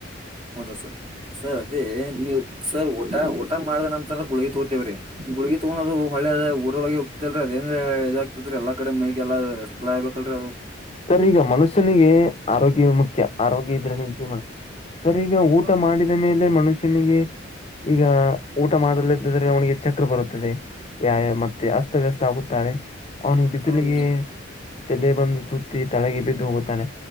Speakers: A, on the right (about 30°); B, on the left (about 30°).
A: ಹೌದಾ ಸರ್ ಸರ್ ಅದೇ ನೀವು ಸರ್ ಊಟ ಊಟ ಮಾಡದ ನಂತರ ಗುಳಗ ತೋತೇವ್ರಿ ಗುಳಗಿ ತಗೋದುಳ್ಳದ ಊದೊಳಗೆ ಹೋಗ್ತಲ್ರಿ ಅದ ಹೆಂಗ ಇದಾಗಗ್ತತ್ರಿ ಎಲ್ಲ ಕ ಮೈಗೆಲ್ಲ ಸಪ್ಲೈ ಆಗ್ಬೇಕ ರು <unintelligible>
B: ಸರ್ ಈಗ ಮನುಷ್ಯನಿಗೆ ಆರೋಗ್ಯವ ಮುಖ್ಯ ಆರೋಗ್ಯ ಇದ್ರೆ ನಿಮಂತ ಮಾಡ ಸರಿ ಈಗ ಊಟ
A: ಹೌದು
B: ಮಾಡಿದ ಮೇಲೆ ಮನುಷ್ಯನಿಗೆ ಈಗ ಊಟ ಮಾಡಲ್ದಿದ್ರೆ ಅವನಿಗೆ ಚಕ್ರ ಬರುತ್ತದೆ ವ್ಯಾಯಾಮ ಮತ್ತೆ ಅಸ್ತವ್ಯಸ್ತ ಆಗುತ್ತಾಳೆ ಅವ್ನಿಗೆ ಬಿಸಿಲಿಗೆ
A: ಹೌದ್ರಿ
B: ತಲೆ ಬಂದು ಸುತ್ತ ತಲೆಗೆ ಬಿದ್ದು ಹೋಗುತ್ತಾನೆ